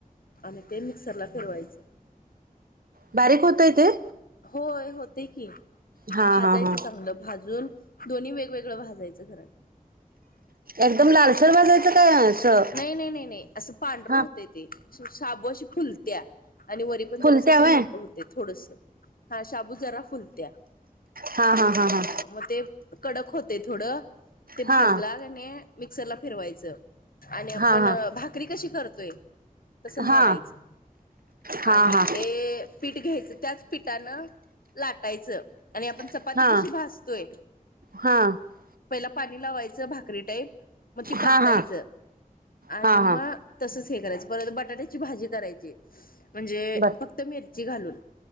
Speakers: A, on the left; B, on the right.
A: आणि ते मिक्सरला फिरवायचं.
B: बारीक होतय ते?
A: होय होते की
B: हा
A: भाजायचं
B: हा हा
A: चांगलं भाजून दोन्ही वेगवेगळं भाजायचं घरात.
B: एकदम लालसर भाजायचं काय असं
A: नाही नाही नाही नाही असं पांढरं
B: हा
A: होतय ते शाबू अशी फुलत्या. आणि वरी पण जरा
B: फुलत्या
A: असं
B: व्हय
A: मोठं होते थोडस हा शाबू जरा फुलतया.
B: हा हा हा हां
A: मग ते कडक होते थोडं ते
B: हा
A: भाजला कीनय मिक्सरला फिरवायचं. आणि आपण
B: हा हा
A: भाकरी कशी करतोय तसं
B: हा
A: मळायचं
B: हा हा
A: आणि
B: हा
A: ते पीठ घ्यायचं त्याच पीठानं लाटायचं आणि आपण च चपाती
B: हा
A: कशी भाजतोय
B: हा हा
A: पहिला पाणी लावायचं भाकरी टाईप मग ती परतायचं.
B: हा हा
A: आणि
B: हा
A: मग
B: हा
A: तसच हे करायच परत बटाट्याची भाजी करायची म्हणजे
B: बर
A: फक्त त मिरची घालून